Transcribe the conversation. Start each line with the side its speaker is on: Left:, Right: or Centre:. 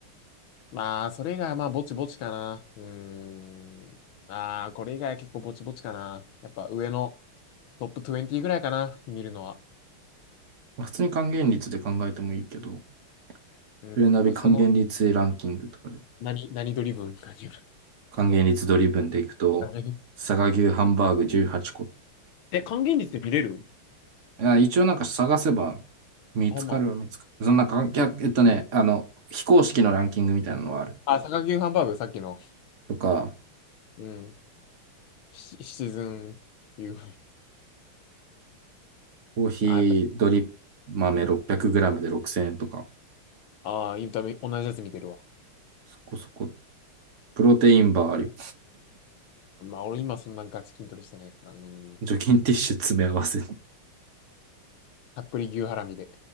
Left: まあ、それが、まあ、ぼちぼちかな。うーん。ああ、これ以外は結構ぼちぼちかな。やっぱ上のトップ20ぐらいかな、見るのは。
Right: まあ普通に還元率で考えてもいいけど、
Left: うん、
Right: プレナビ還元率ランキングとかで、
Left: まあ、その、何、何ドリブンかによる。
Right: 還元率ドリブンでいくと、
Left: <laughs>
Right: 佐賀牛ハンバーグ18個
Left: え、還元率で見れる
Right: いや一応なんか探せば見つかるは見つかる。
Left: あ、ほんま。
Right: そんな関えっとね、あの、非公式のランキングみたいなのはある。
Left: あ、坂牛ハンバーグ、さっきの。
Right: とか、
Left: うん。シ、シチズン u
Right: コーヒードリップ豆
Left: あ、やっぱ、
Right: 600g で6000円とか、
Left: ああ、インタビュー、同じやつ見てるわ。
Right: そこそこ、プロテインバーあるよ。
Left: まあ、俺今そんなガチ筋トレしてないから。うん。
Right: 除菌ティッシュ詰め合わせ。
Left: たっぷり牛ハラミで。